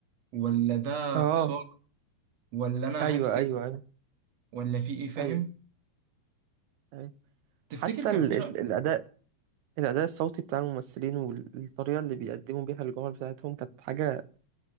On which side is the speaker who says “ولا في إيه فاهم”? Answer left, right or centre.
Right